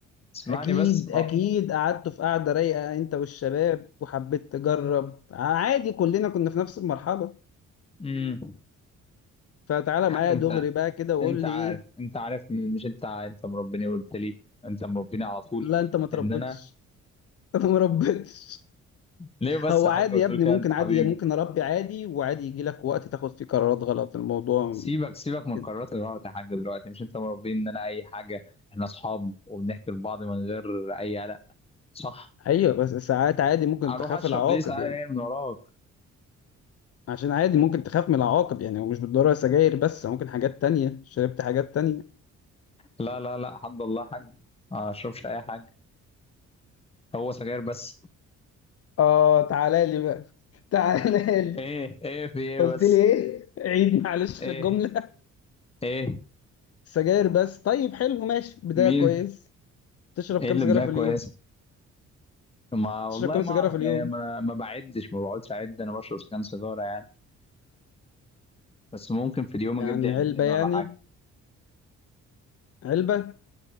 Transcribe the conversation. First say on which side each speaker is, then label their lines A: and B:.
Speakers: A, on the left; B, on the left.
A: اسمعني
B: اكيد
A: بس ما
B: اكيد قعدتوا في قعده رايقه انت والشباب وحبيت تجرب عادي كلنا كنا في نفس المرحله
A: امم
B: فتعالى
A: حاج
B: معايا
A: انت
B: دغري بقى كده وقول
A: انت عارف
B: لي ايه
A: انت عارف م- مش انت ع- انت مربيني قلت لي انت مربيني على طول
B: لا انت ما تربيتش
A: ان انا
B: <laughs> انا ما ربيتش
A: ليه بس
B: هو
A: يا
B: عادي
A: حاج بتقول
B: يا ابني
A: كده
B: ممكن
A: انت حبيبي
B: عادي ممكن اربي عادي وعادي يجي لك وقت تاخد فيه قرارات غلط الموضوع
A: سيبك سيبك من
B: كده
A: قرارات الغلط يا حاج دلوقتي مش انت مربيني ان انا اي حاجة احنا اصحاب وبنحكي لبعض من غير اي قلق صح
B: ايوه بس ساعات عادي ممكن
A: اروح
B: تخاف
A: اشرب
B: العواقب
A: ليه ساعة
B: يعني
A: من وراك
B: عشان عادي ممكن تخاف من العواقب يعني ومش بالضرورة سجاير بس ممكن حاجات تانية شربت حاجات تانية
A: لا لا لا حد الله حاج ما اشربش اي حاجه هو سجاير بس
B: اه تعالى لي بقى <laughs> تعالى لي
A: ايه ايه في ايه
B: قلت
A: بس
B: لي ايه عيد معلش
A: ايه
B: الجملة
A: ايه
B: سجاير بس طيب حلو ماشي بداية
A: مين
B: كويس بتشرب
A: ايه
B: كام
A: اللي
B: سجارة
A: بدماغ
B: في
A: كويسه
B: اليوم
A: ما والله
B: بتشرب كام
A: ما
B: سيجارة
A: اعرف
B: في اليوم
A: يعني ما ما بعدش ما بقعدش اعد انا بشرب كام سيجاره يعني بس ممكن في اليوم اجيب
B: يعني
A: لي علبتين
B: علبة يعني
A: ولا حاجه
B: علبة